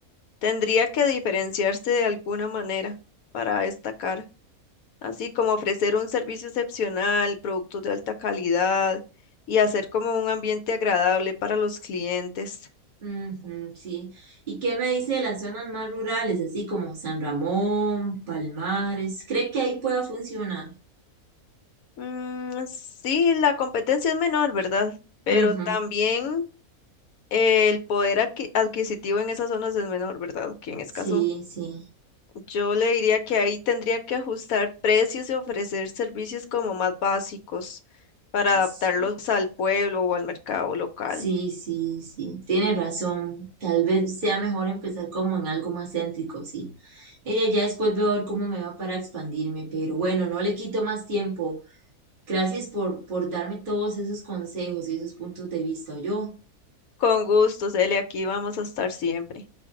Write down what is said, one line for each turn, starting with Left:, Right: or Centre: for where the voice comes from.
Left: Tendría que diferenciarse de alguna manera para destacar. así como ofrecer un servicio excepcional, productos de alta calidad y hacer como un ambiente agradable para los clientes.
Right: Ujú, sí. ¿Y qué me dice de las zonas más rurales, así como San Ramón, Palmares? ¿Cree que ahí pueda funcionar?
Left: Mm, sí, la competencia es menor, ¿verdad? Pero
Right: Ujú,
Left: también el poder adqui- adquisitivo en esas zonas es menor, ¿verdad? Que en Escazú.
Right: Sí, sí.
Left: Yo le diría que ahí tendría que ajustar precios y ofrecer servicios como más básicos para
Right: S-
Left: adaptarlos al pueblo o al mercado local.
Right: Sí, sí, sí. Tiene razón. Tal vez sea mejor empezar como en algo más céntrico, sí. Ella ya después veo a ver cómo me va para expandirme, pero bueno, no le quito más tiempo. Gracias por, por darme todos esos consejos y esos puntos de vista, yo.
Left: Con gusto, Cele, aquí vamos a estar siempre.